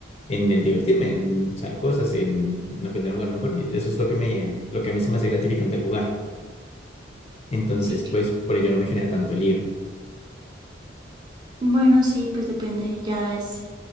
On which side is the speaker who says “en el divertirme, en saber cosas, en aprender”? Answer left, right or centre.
Left